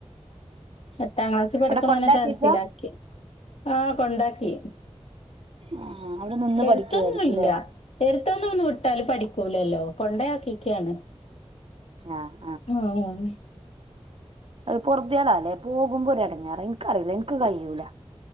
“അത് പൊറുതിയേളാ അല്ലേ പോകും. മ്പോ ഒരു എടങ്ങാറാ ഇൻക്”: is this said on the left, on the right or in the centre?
Right